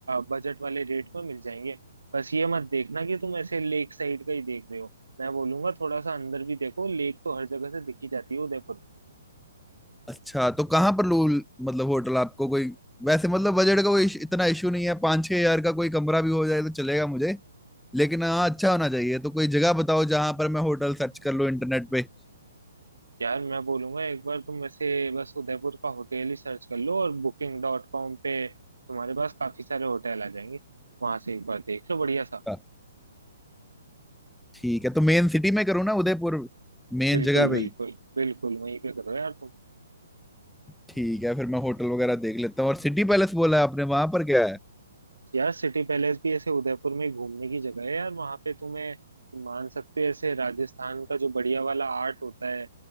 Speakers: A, on the right; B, in the centre.
A: बजट वाले रेट में मिल जाएंगे बस ये मत देखना कि तुम ऐसे लेक साइड का ही देख रहे हो मैं बोलूंगा थोड़ा सा अंदर भी देखो लेक तो हर जगह से दिखी जाती है उदयपुर
B: अच्छा तो कहाँ पर लू मतलब होटल आपको कोई वैसे मतलब बजट का कोई इश- इतना इशू नहीं है पाँच छह हजार का कोई कमरा भी हो जाए तो चलेगा मुझे लेकिन हाँ अच्छा होना चाहिए तो कोई जगह बताओ जहां पर मैं होटल सर्च कर लूँ इंटरनेट पे
A: यार मैं बोलूंगा एक बार तुम वैसे बस उदयपुर का होटल ही सर्च कर लो और बुकिंग डॉट कॉम पे तुम्हारे पास काफी सारे होटल आ जाएंगे वहां से एक बार देख लो बढ़िया सा
B: हाँ, ठीक है तो मेन सिटी में करूँ ना उदयपुर मेन
A: बिल्कुल
B: जगह
A: बिल्कुल
B: पे ही
A: बिल्कुल वहीं पे करो यार तुम
B: ठीक है फिर मैं होटल वगैरह देख लेता हूँ और सिटी पैलेस बोला है आपने वहां पर क्या है
A: यार सिटी पैलेस भी ऐसे उदयपुर में ही घूमने की जगह है यार वहां पे तुम्हें तुम मान सकते हो ऐसे राजस्थान का जो बढ़िया वाला आर्ट होता है